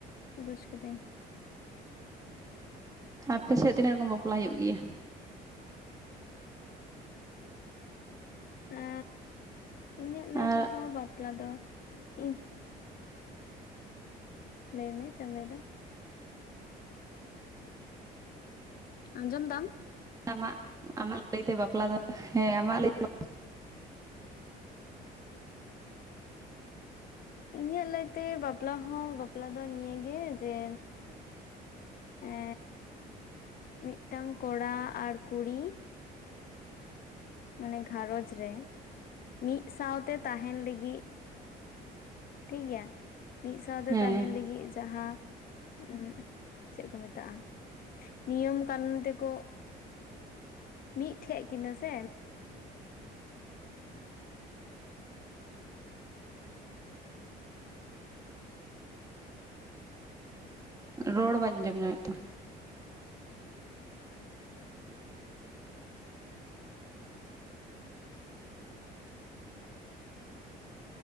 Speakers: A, on the left (about 60°); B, on the right (about 20°).
A: ᱵᱩᱡᱽ ᱠᱤᱫᱟᱹᱧ
B: ᱟᱯᱮ ᱥᱮᱫ ᱛᱤᱱᱟᱹᱜ ᱨᱚᱠᱚᱢ ᱵᱟᱯᱞᱟᱜ ᱦᱩᱭᱩᱜ ᱜᱮᱭᱟ
A: ᱮ ᱤᱧᱟᱹᱜ ᱞᱟᱹᱭ
B: ᱟᱨ
A: ᱛᱮᱦᱚᱸ ᱵᱟᱯᱞᱟ ᱫᱚ ᱤᱧ ᱞᱟᱹᱭᱢᱮ ᱪᱮᱫ ᱮᱢ ᱞᱟᱹᱭᱫᱟ ᱟᱸᱡᱚᱢ ᱫᱟᱢ
B: ᱟᱢᱟᱜ ᱟᱢᱟᱜ ᱞᱟᱹᱭᱛᱮ ᱵᱟᱯᱞᱟ ᱫᱚ ᱦᱮᱸ ᱟᱢᱟᱜ ᱞᱟᱹᱭᱛᱮ
A: ᱤᱧᱟᱹᱜ ᱞᱟᱹᱭᱛᱮ ᱵᱟᱯᱞᱟ ᱦᱚᱸ ᱵᱟᱯᱞᱟ ᱫᱚ ᱱᱤᱭᱟᱹᱜᱮ ᱡᱮ ᱮ ᱢᱤᱫᱴᱟᱝ ᱠᱚᱲᱟ ᱟᱨ ᱠᱩᱲᱤ ᱢᱟᱱᱮ ᱜᱷᱟᱨᱚᱡᱽ ᱨᱮ ᱢᱤᱫ ᱥᱟᱶᱛᱮ ᱛᱟᱦᱮᱱ ᱞᱟᱹᱜᱤᱫ ᱴᱷᱤᱠᱜᱮᱭᱟ ᱢᱤᱫ ᱥᱟᱶᱛᱮ
B: ᱦᱮᱸ
A: ᱛᱟᱦᱮᱱ ᱞᱟᱹᱜᱤᱫ ᱡᱟᱦᱟᱸ ᱩ ᱪᱮᱫ ᱠᱚ ᱢᱮᱛᱟᱜᱼᱟ ᱱᱤᱭᱚᱢ ᱠᱟᱱᱩᱱ ᱛᱮᱠᱚ ᱢᱤᱫᱴᱷᱮᱱ ᱠᱤᱱᱟᱹ ᱥᱮ
B: ᱨᱚᱲ ᱵᱟᱝᱧ ᱟᱡᱚᱢ ᱧᱟᱜ ᱮᱫ ᱛᱟᱢᱟ